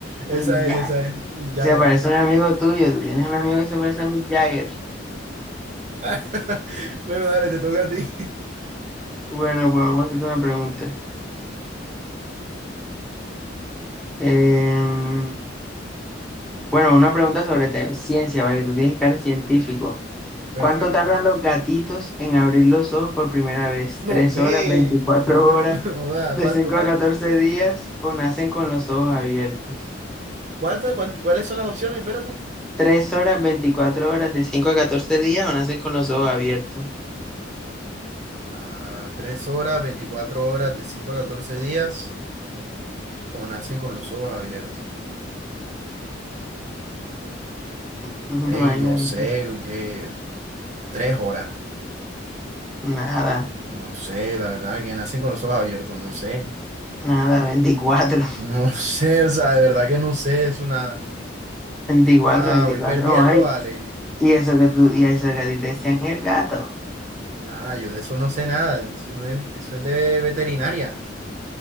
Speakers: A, on the right; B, in the centre.
A: Esa
B: Mick
A: es,
B: Jagger.
A: esa es. Mick Jagger.
B: Se parece a un amigo tuyo, tú tienes un amigo que se parece a Mick Jagger.
A: <laughs> Bueno, dale, te toca a ti.
B: Bueno, pues vamos a hacerte una pregunta. Em, bueno, una pregunta sobre te- ciencia, ¿vale? Tú tienes que ser científico.
A: Bueno,
B: ¿Cuánto
A: a ver.
B: tardan los gatitos en abrir los ojos por primera vez?
A: No,
B: ¿Tres
A: ve.
B: horas, 24
A: Bueno,
B: horas,
A: <laughs> no da.
B: de
A: ¿Cuánto,
B: 5
A: cuánto?
B: a 14 días o nacen con los ojos abiertos?
A: ¿Cuántas, cuánt- cuáles son las opciones? Espérate.
B: ¿Tres horas, 24 horas, de 5 a catorce días o nacen con los ojos abiertos?
A: Ah, 3 horas, 24 horas, de 5 a 14 días. O nacen con los ojos abiertos.
B: <laughs> no
A: Ey,
B: hay
A: no
B: Nada,
A: sé, que tres horas.
B: nada,
A: No sé, la verdad, que nacen con los ojos abiertos, no sé.
B: nada veinticuatro
A: No <laughs> sé, o sea, de verdad que no sé eso nada.
B: veinticuatro
A: Ah,
B: 24.
A: voy perdiendo,
B: No, hay.
A: vale.
B: Y eso que tú, y eso que a ti te decían el gato,
A: Nada, yo de eso no sé nada. Eso, no es, eso es de veterinaria.